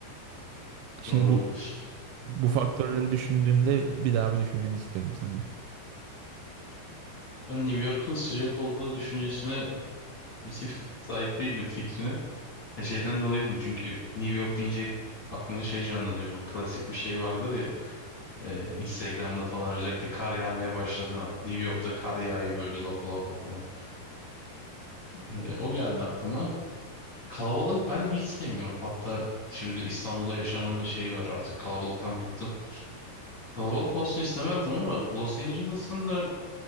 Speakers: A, on the right; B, on the left.
A: Şimdi
B: Doğru.
A: bu bu
B: Ee,
A: faktörleri düşündüğünde bir daha bir düşünmeni istiyorum sana.
B: Ben New York'un sıcak olduğu düşüncesine <laughs> sahip değildim fikrine. E, şeyden dolayıydım çünkü New York deyince aklımda şey canlanıyor bu klasik bir şey vardır ya e, Instagram'da falan özellikle kar yağmaya başladığı an New York'ta kar yağıyor böyle lapa lapa falan. E, o geldi aklıma. Kalabalık ben hiç sevmiyorum. Hatta şimdi İstanbul'da yaşamın da şey var artık kalabalıktan bıktım. Kalabalık olsun istemezdim ama Los Angeles'ın da